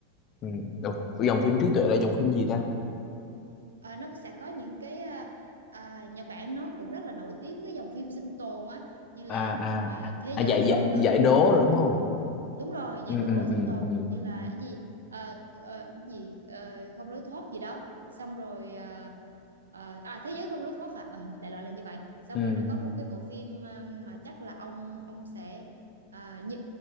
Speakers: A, on the left; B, on the right.
A: ừ Ủa, dòng phim trí tuệ là dòng phim gì ta
B: Ờ, nó sẽ có những cái à, à, Nhật Bản nó cũng rất là nổi tiếng với cái dòng phim sinh tồn á như là
A: à
B: à,
A: à
B: thế giới
A: à giải giải
B: không
A: giải
B: lối
A: đố rồi đúng không
B: đúng rồi
A: ừ
B: giải đố
A: ừ
B: sinh
A: ừ
B: tồn
A: ừ
B: như là cái gì Ờ, ờ, cái gì Ờ, không lối thoát gì đó xong rồi ờ, ờ, à thế giới không lối thoát à Ờ, đại loại là như vậy xong
A: ừ
B: rồi nó có một cái bộ phim ờ, mà chắc là ông ông sẽ à, như,